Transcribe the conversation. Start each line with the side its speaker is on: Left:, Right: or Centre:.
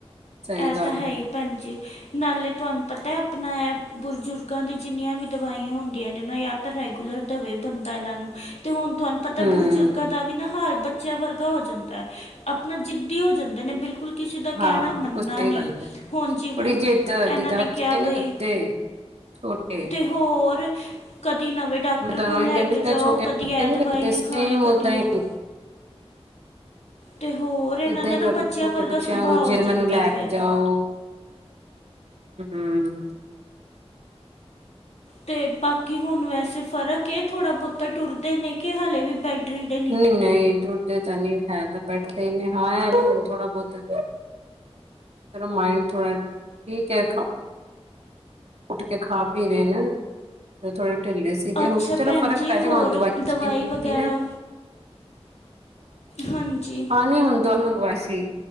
Right: ਸਹੀ
Left: ਇਹ
Right: ਗੱਲ
Left: ਤਾਂ ਹੈ ਹੀ ਭੈਣ ਜੀ ਨਾਲੇ ਤੁਹਾਨੂੰ ਪਤਾ ਅਪਣਾ ਐ ਬਜ਼ੁਰਗਾਂ ਦੀ ਜਿੰਨੀਆਂ ਵੀ ਦਵਾਈਆਂ ਹੁੰਦੀਆਂ ਨੇ ਨਾ ਯਾ ਤੇ ਰੈਗੂਲਰ ਦਵੇ ਬੰਦਾ ਇਹਨਾਂ ਨੂੰ। ਤੇ ਹੁਣ ਤੁਹਾਨੂੰ ਪਤਾ
Right: ਹੂੰ
Left: ਬਜ਼ੁਰਗਾਂ ਦਾ ਵੀ ਨਾ ਹਾਲ ਬੱਚਿਆਂ ਵਰਗਾ ਹੋ ਜਾਂਦਾ ਹੈ ਆਪਣਾ ਜਿੱਦੀ ਹੋ ਜਾਂਦੇ ਨੇ ਬਿਲਕੁਲ ਕਿਸੇ ਦਾ
Right: ਹਾਂ
Left: ਕਹਿਣਾ
Right: ਬਿਲਕੁਲ
Left: ਮੰਨਨਾ
Right: ਸਹੀ
Left: ਨਹੀਂ,
Right: ਗੱਲ ਹੈ
Left: ਹੁਣ ਜਿਵੇਂ
Right: ਬੜੀ ਜਿੱਦ
Left: ਇਹਨਾਂ
Right: ਜਿੱਦਾਂ
Left: ਨੇ
Right: ਬੱਚੇ
Left: ਕਿਹਾ ਬਾਈ,
Right: ਨੀ ਕਰਦੇ ਛੋਟੇ
Left: ਤੇ ਹੋਰ ਕਦੀ ਨਵੇਂ ਡਾਕਟਰ
Right: ਮੈਂ ਤੁਹਾਨੂੰ
Left: ਕੋਲ
Right: ਉਹੀ
Left: ਲੈ
Right: ਕਹਿੰਦੀ
Left: ਕੇ
Right: ਜਿੱਦਾਂ
Left: ਜਾਓ
Right: ਛੋਟੇ ਬੱਚੇ
Left: ਕਦੀ ਇਹ ਦਵਾਈ
Right: ਕਰਦੇ
Left: ਨੀ
Right: ਸੇਮ
Left: ਖਾਣੀ ਕਦੇ
Right: ਓਦਾਂ
Left: ਉਹ
Right: ਹੀ <inaudible>
Left: ਤੇ ਹੋਰ ਇਹਨਾਂ
Right: ਏਦਾਂ
Left: ਦਾ
Right: ਹੀ
Left: ਨਾ
Right: ਕਰਦੇ
Left: ਬੱਚਿਆਂ
Right: ਛੋਟੇ
Left: ਵਰਗਾ
Right: ਬੱਚਿਆਂ
Left: ਸੁਭਾਅ
Right: ਵਾਗੂ ਜੇ
Left: ਹੋ ਜਾਂਦਾ
Right: ਮੈਨੂੰ ਲੈ ਕੇ
Left: ਫਿਰ
Right: ਜਾਓ। ਹੂੰ
Left: ਤੇ ਬਾਕੀ ਹੁਣ ਵੈਸੇ ਫ਼ਰਕ ਏ ਥੋੜਾ ਬਹੁਤਾ ਟੁਰਦੇ ਨੇ ਕਿ ਹਲੇ ਵੀ <unintelligible> ਦੇ
Right: ਨਹੀਂ, ਨਹੀਂ ਟੁਰਦੇ ਤਾਂ ਨਹੀਂ ਹੈ ਤਾਂ ਬੈਠਦੇ ਤੇ ਹੀ ਨੇ ਹਾਂ ਏ ਥੋੜਾ ਬੋਤਾ ਚਲੋ ਮਾਈੰਡ ਥੋੜਾ, ਠੀਕ ਹੈ ਖਾਣ ਉੱਠ ਕੇ ਖਾ ਪੀ ਰੇ ਨ। ਥੋੜੇ ਢਿੱਲੇ ਸੀਗੇ
Left: ਅੱਛਾ
Right: ਹੁਣ, ਚਲੋ
Left: ਭੈਣ
Right: ਫਰਕ
Left: ਜੀ
Right: ਪੈ
Left: ਹੋਰ
Right: ਜਾਏਗਾ ਹੁਣ ਦਵਾਈ ਚੇਂਜ ਕੀਤੀ
Left: ਵਗੈਰਾ
Right: ਨਾ।
Left: ਹਾਂਜੀ।
Right: ਹਾਂ ਨਹੀਂ ਹੁਣ ਦੋਨੋ ਮੰਗਵਾਈ ਸੀ